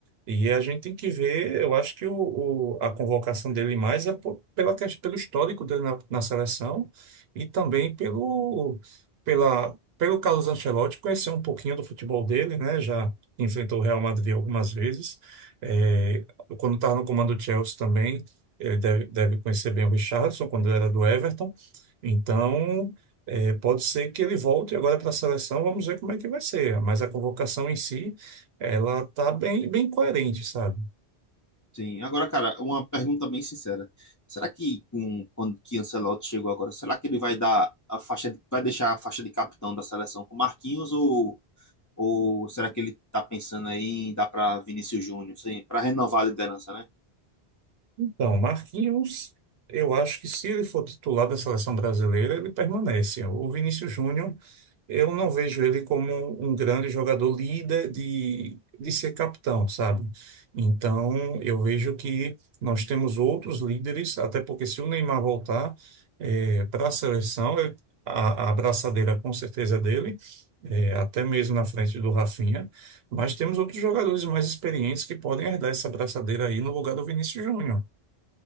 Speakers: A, on the right; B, on the left.
A: e a gente tem que ver, eu acho que o, o- a convocação dele mais é por- pela, ques- pelo histórico dele na, na seleção e também pelo, pela, pelo Carlos Ancelotti conhecer um pouquinho do futebol dele, né? Já enfrentou o Real Madrid algumas vezes. É, quando estava no comando do Chelsea também, ele deve, deve conhecer bem o Richarlison, quando ele era do Everton. Então, é, pode ser que ele volte agora para a seleção, vamos ver como é que vai ser. Mas a convocação em si. Ela tá bem, bem coerente, sabe?
B: Sim. Agora, cara, uma pergunta bem sincera. Será que com, quando que Ancelotti chegou agora, será que ele vai dar a faixa de- vai deixar a faixa de capitão da seleção com Marquinhos ou, ou será que ele tá pensando aí em dar para Vinícius Júnior, sim, para renovar a liderança, né?
A: Então, Marquinhos, eu acho que se ele for titular da seleção brasileira, ele permanece. O Vinícius Júnior. Eu não vejo ele como um grande jogador líder de, de ser capitão, sabe? Então, eu vejo que nós temos outros líderes, até porque se o Neymar voltar para a seleção, ele- a, a abraçadeira com certeza é dele, eh, até mesmo na frente do Rafinha, mas temos outros jogadores mais experientes que podem herdar essa abraçadeira aí no lugar do Vinícius Júnior.